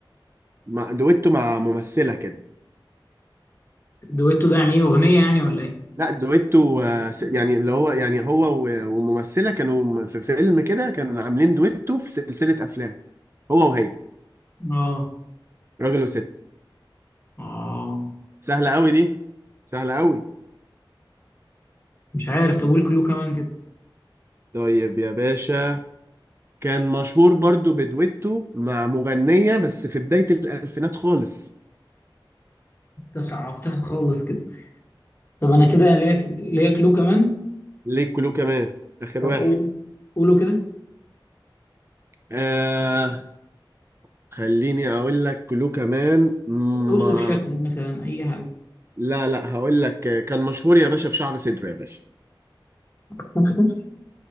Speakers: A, on the right; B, on the left.
A: مع- دويتو مع ممثلة كده
B: دويتو ده يعني إيه أغنية يعني ولا إيه؟
A: لا دويتو آه، س- يعني اللي هو يعني هو و- وممثلة كانوا م- في فيلم كده كانوا عاملين دويتو في سلسلة أفلام هو وهي
B: آه
A: راجل وست
B: آه
A: سهلة قوي دي سهلة قوي
B: مش عارف طب قول كلو كمان كده
A: طيب يا باشا كان مشهور برضو بدويتو مع مغنية بس في بداية الألفينات خالص
B: ده صعبتها خالص كده طب انا كده ليك ليك لو كمان
A: ليه كلو كمان آخر
B: طب
A: واحد
B: قول قوله كده
A: آه خليني أقول لك كلو كمان
B: اوصف
A: ما
B: شكله مثلا اي حاجه
A: لا لا هقول لك آه، كان مشهور يا باشا بشعر صدره يا باشا
B: <laughs>